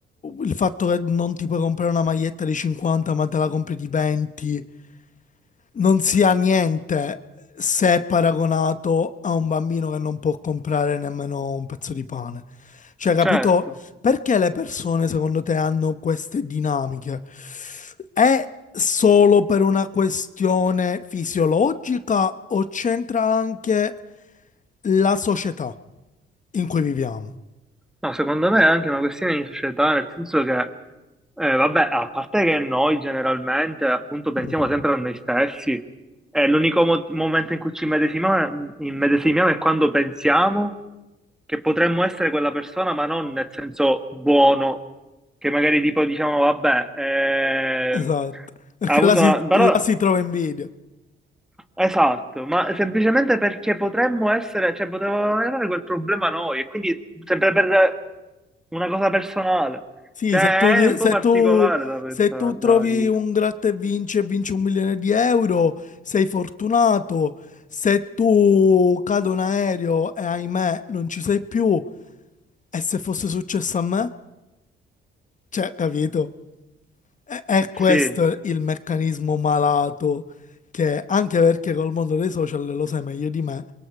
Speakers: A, on the left; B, in the centre.
A: il fatto che non ti puoi comprare una maglietta di 50, ma te la compri di 20 non sia niente se è paragonato a un bambino che non può comprare nemmeno un pezzo di pane. Cioè, capito?
B: certo.
A: Perché le persone, secondo te, hanno queste dinamiche? È solo per una questione fisiologica o c'entra anche la società in cui viviamo?
B: No, secondo me è anche una questione di società, nel senso che, eh, vabbè, a parte che noi generalmente appunto pensiamo
A: Mm.
B: sempre a noi stessi, e l'unico mo- momento in cui ci immedesimiamo, immedesimiamo è quando pensiamo che potremmo essere quella persona, ma non nel senso buono, che magari tipo diciamo, vabbè, eh,
A: Esatto, perché
B: ha avuto
A: là si,
B: una... però
A: là si trova invidia.
B: Esatto, ma semplicemente perché potremmo essere, cioè potevamo avere quel problema noi, e quindi sempre per una cosa personale.
A: Sì,
B: Cioè,
A: se tu,
B: è un
A: se
B: po' particolare
A: tu-
B: da pensare,
A: se tu trovi
B: da dire.
A: un gratta e vinci e vinci un milione di euro, sei fortunato. Se tu cade un aereo e ahimè non ci sei più, e se fosse successo a me? Cioè, capito? È, è questo
B: Sì,
A: il meccanismo malato che, anche perché col mondo dei social, lo sai meglio di me,